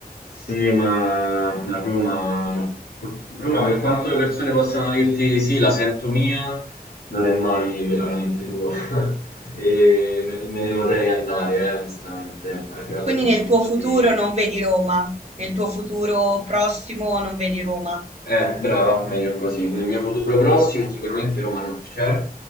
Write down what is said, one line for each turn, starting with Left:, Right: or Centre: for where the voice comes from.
Left: Sì, ma ma Roma, pur- Roma, per quanto le persone possano dirti sì, la sento mia, non è mai veramente tua. <laughs> E me, me ne vorrei andare, eh, onestamente, è arrivato
Right: quindi
Left: il momento
Right: nel tuo futuro
Left: di
Right: non vedi Roma, nel tuo futuro prossimo non vedi Roma.
Left: Eh, brava, meglio così. Nel mio futuro prossimo sicuramente Roma non c'è,